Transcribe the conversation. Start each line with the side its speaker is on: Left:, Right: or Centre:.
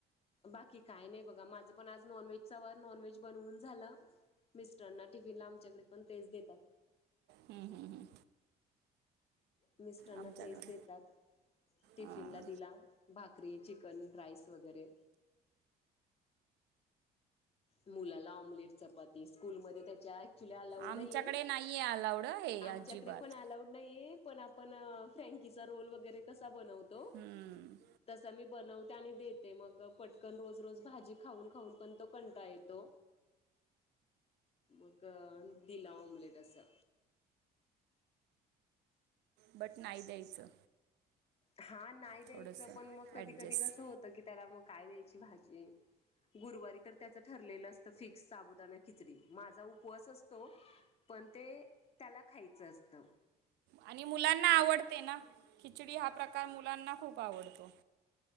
Left: बाकी काय नाही बघा माझं पण आज नॉनव्हेजचा वर नॉनव्हेज बनवून झालं. मिस्टरांना टिफिन ला आमच्याकडे पण तेच देतात.
Right: हम्म हम्म हम्म!
Left: मिस्टरांना
Right: आमच्याकडे
Left: तेज देतात. टिफिनला
Right: हां.
Left: दिला भाकरी, चिकन, राईस वगैरे. मुलाला ऑमलेट चपाती स्कूलमध्ये त्याच्या ॲक्चुली अलाऊड नाही
Right: आमच्याकडे
Left: आहे,
Right: नाही आहे अलाउड हे
Left: आमच्याकडे
Right: अजिबात
Left: पण अलाऊड नाहीये. पण आपण फ्रँकीचा रोल वगैरे कसा बनवतो?
Right: हम्म!
Left: तसा मी बनवते आणि देते मग पटकन रोज रोज भाजी खाऊन खाऊन पण तो कंट ला येतो मग दिला ऑमलेट असा‌.
Right: बट नाही द्यायचं.
Left: हा नाही द्यायचं
Right: थोडंसं
Left: पण मग
Right: ॲडजस्ट
Left: कधी कधी कसं होतं की त्याला मग काय द्यायची भाजी. गुरुवारी तर त्याचं ठरलेलं असतं फिक्स साबुदाणा खिचडी माझा उपवास असतो. पण ते त्याला खायचं असतं.
Right: आणि मुलांना आवडते ना खिचडी हा प्रकार मुलांना खूप आवडतो.